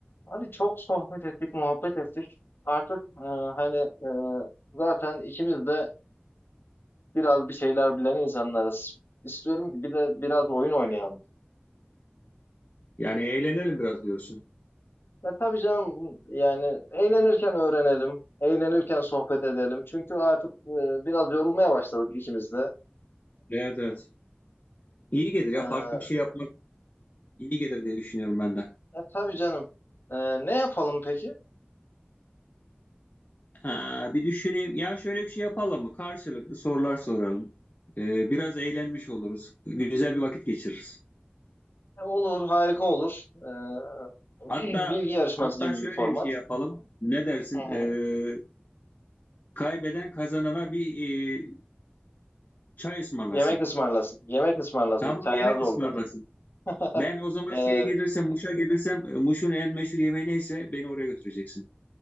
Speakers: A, on the left; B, on the left.
A: Abi çok sohbet ettik, muhabbet ettik. Artık e, hani e, zaten ikimiz de biraz bir şeyler bilen insanlarız. İstiyorum ki bir de biraz oyun oynayalım.
B: Yani eğlenelim biraz diyorsun.
A: Ya tabii canım yani eğlenirken öğrenelim, eğlenirken sohbet edelim. Çünkü artık e, biraz yorulmaya başladık ikimiz de.
B: Evet evet. İyi gelir ya
A: E,
B: farklı bir şey yapmak iyi gelir diye düşünüyorum ben de.
A: e, tabii canım. E, ne yapalım peki?
B: Ha, bir düşüneyim. Ya şöyle bir şey yapalım mı? Karşılıklı sorular soralım. Ee, biraz eğlenmiş oluruz. Güzel bir vakit geçiririz.
A: E, olur, harika olur. E, <clears throat>
B: Hatta
A: bilgi yarışması
B: hatta
A: gibi
B: şöyle
A: bir format.
B: bir şey yapalım. Ne dersin?
A: Hı hı.
B: Ee, kaybeden kazanana bir e, çay ısmarlasın.
A: Yemek ısmarlasın. Yemek ısmarlasın.
B: Tamam
A: Çay
B: yemek
A: az oldu.
B: ısmarlasın.
A: <laughs>
B: Ben o zaman
A: Eee,
B: şeye gelirsem, Muş'a gelirsem, e, Muş'un en meşhur yemeği neyse beni oraya götüreceksin.